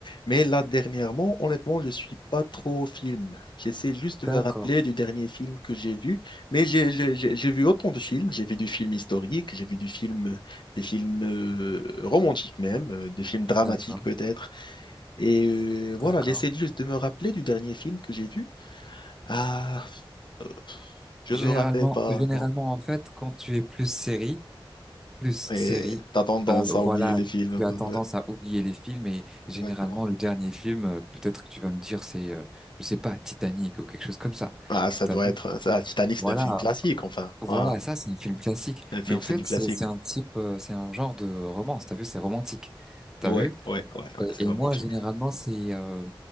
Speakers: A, on the left; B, in the centre.
A: mais là dernièrement, honnêtement, je suis pas trop au film. J'essaie juste de
B: D'accord,
A: me rappeler du dernier film que j'ai vu, mais j'ai j'ai- j'ai- j'ai vu autant de films. J'ai vu du film historique, j'ai vu du film, des films euh, romantiques même, euh, des films dramatiques
B: d'accord,
A: peut-être. Et euh, voilà,
B: d'accord.
A: j'essaie juste de me rappeler du dernier film que j'ai vu. Ah, euh, je
B: Généralement,
A: me rappelle pas,
B: généralement,
A: non.
B: en fait, quand tu es plus série, plus
A: Et
B: série,
A: t'as tendance
B: euh,
A: à oublier
B: voilà,
A: les films un
B: tu
A: peu.
B: as tendance
A: ouais.
B: à oublier les films. Et généralement,
A: Exactement.
B: le dernier film, euh, peut-être que tu vas me dire, c'est, euh, je sais pas, Titanic ou quelque chose comme ça.
A: Ah, ça
B: T'as
A: doit
B: vu?
A: être ça. Titanic,
B: Voilà.
A: c'est un film classique, enfin. Voilà.
B: Voilà, ça, c'est un film classique.
A: Un film,
B: Mais en
A: c'est
B: fait,
A: du classique.
B: c'est c'est un type, euh, c'est un genre de romance. T'as vu, c'est romantique. T'as
A: Ouais,
B: vu?
A: ouais, ouais, ouais,
B: Et,
A: c'est romantique.
B: et moi, généralement, c'est, euh,